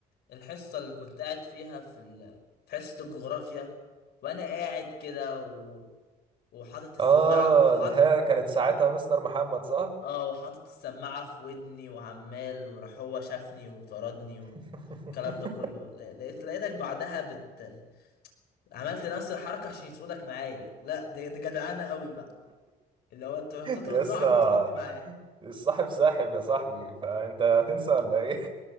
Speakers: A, on the left; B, on the right.
A: الحصة اللي كنت قاعد فيها في ال... في حصة الجغرافيا وانا قاعد كده و... وحاطط السماعة
B: اه
A: وحاطط
B: اللي هي كانت ساعتها مستر محمد صح
A: اه وحاطط السماعة في ودني وعمال وراح هو شافني وطردني والكلام
B: <laughs>
A: ده كله ل- لقيت لقيتك بعدها بت عملت نفس الحركة عشان يطردك معايا لا دي, دي جدعانة قوي بقى اللي هو انت هتطرد
B: يسا
A: صاحبي تردني معاه
B: الصاحب ساحب يا صاحبي فانت هتنسى ولا ايه